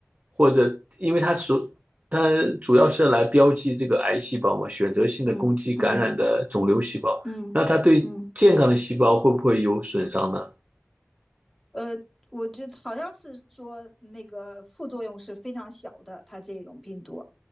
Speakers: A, on the right; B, in the centre.
A: 或者因为它所它主要是来标记这个癌细胞嘛，选择性的攻击感染的肿瘤细胞，
B: 嗯嗯嗯嗯嗯。
A: 那它对健康的细胞会不会有损伤呢？
B: 嗯嗯嗯呃，我觉得好像是说那个副作用是非常小的，它这种病毒，